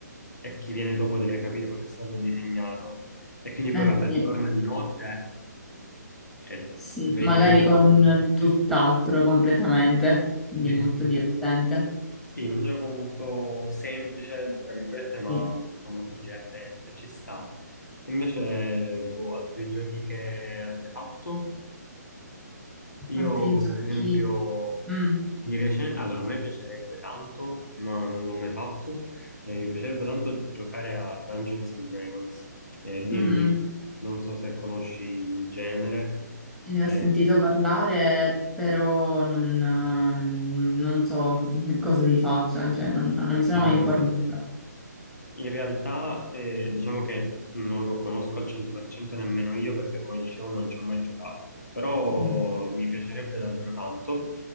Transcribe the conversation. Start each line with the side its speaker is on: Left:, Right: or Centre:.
Left: e chi viene dopo deve capire cosa è stato disegnato e quindi poi
Centre: eh
Left: vabbè
Centre: sì,
Left: torna di notte e
Centre: sì,
Left: vedi
Centre: magari
Left: un po'
Centre: con
Left: quello
Centre: tutt'altro completamente, quindi
Left: che- <laughs>
Centre: molto divertente.
Left: Sì, un gioco molto semplice, tra virgolette, ma
Centre: Sì.
Left: comunque molto divertente, ci sta. Invece, boh, altri giochi che avete fatto? Io,
Centre: Altri giochi,
Left: per esempio,
Centre: mm,
Left: di recente, allora, a me piacerebbe tanto, ma non l'ho mai fatto, eh, mi piacerebbe tanto giocare a Dungeons and Dragons, eh, D&D,
Centre: mm, mm,
Left: non so se conosci il genere.
Centre: ne
Left: Eh,
Centre: ho sentito parlare, però non, eh, non so <laughs> cosa si faccia, cioè non, non mi sono
Left: allora,
Centre: mai informata.
Left: In realtà, eh, diciamo che non lo conosco al 100% nemmeno io perché, come dicevo, non ci ho mai giocato. Però
Centre: Mm,
Left: mi piacerebbe davvero tanto